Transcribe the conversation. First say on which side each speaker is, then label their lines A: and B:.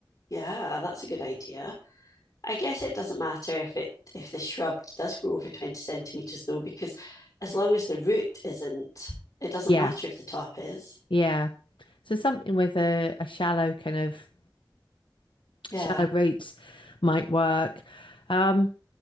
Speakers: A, on the left; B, on the left.
A: Yeah, that's a good idea. I guess it doesn't matter if it if the shrub does grow over 20 centimeters though, because as long as the root isn't, it doesn't
B: Yeah,
A: matter if the top is.
B: yeah. So something with a, a shallow kind of
A: Yeah,
B: shallow roots might work. Um,